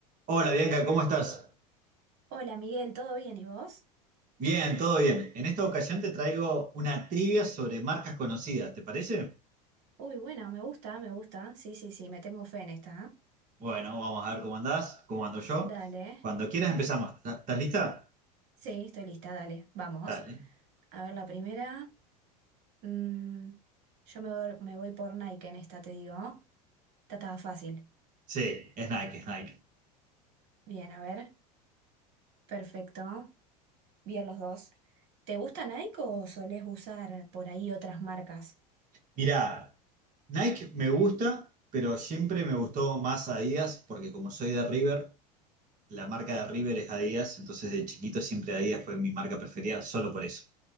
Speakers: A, on the right (about 40°); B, on the right (about 60°).
A: Hola Bianca, ¿cómo estás?
B: Hola Miguel, ¿todo bien y vos?
A: Bien, todo bien. En esta ocasión te traigo una trivia sobre marcas conocidas, ¿te parece?
B: Uy, bueno, me gusta, me gusta. Sí, sí, sí, me tengo fe en esta. ¿eh?
A: Bueno, vamos a ver cómo andás, cómo ando yo.
B: Dale.
A: Cuando quieras empezamos. ¿Estás estás lista?
B: Sí, estoy lista, dale. Vamos.
A: Dale.
B: A ver, la primera. mm, yo me, voy- me voy por Nike en esta, te digo. Esta estaba fácil.
A: Sí, es Nike, es Nike.
B: Bien, a ver. Perfecto. Bien los dos. ¿Te gusta Nike o solés usar por ahí otras marcas?
A: Mirá, Nike me gusta, pero siempre me gustó más Adidas porque como soy de River, la marca de River es Adidas, entonces de chiquito siempre Adidas fue mi marca preferida, solo por eso.